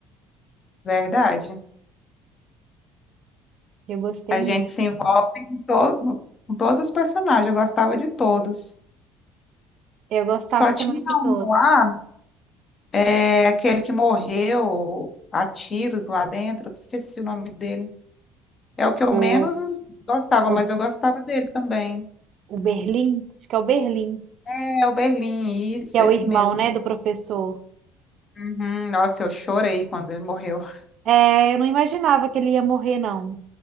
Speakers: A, on the left; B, on the right.
A: verdade.
B: Eu gostei
A: A
B: muito.
A: gente se envolve com, to- com todos os personagens, eu gostava de todos.
B: Eu gostava
A: Só tinha
B: também de todo.
A: um lá, é, aquele que morreu a tiros lá dentro, eu esqueci o nome dele. É o que
B: O,
A: eu menos gostava,
B: o,
A: mas eu gostava dele também.
B: o Berlim, acho que é o Berlim,
A: É o Berlim, isso,
B: que é
A: esse
B: o irmão,
A: mesmo.
B: né, do professor.
A: Uhum, Nossa, eu chorei quando ele morreu <laughs>
B: É, eu não imaginava que ele ia morrer, não.